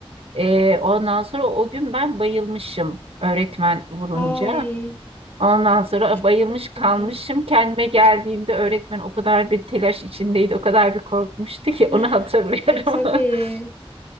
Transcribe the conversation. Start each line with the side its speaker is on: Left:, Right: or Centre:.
Right: E, ondan sonra o gün ben bayılmışım öğretmen vurunca.
Left: Ay
Right: Ondan sonra
Left: çok
Right: bayılmış
Left: güzel.
Right: kalmışım. Kendime geldiğimde öğretmen o kadar bir telaş içindeydi, o kadar bir korkmuştu ki
Left: <laughs>
Right: onu hatırlıyorum.
Left: E tabii.
Right: <laughs>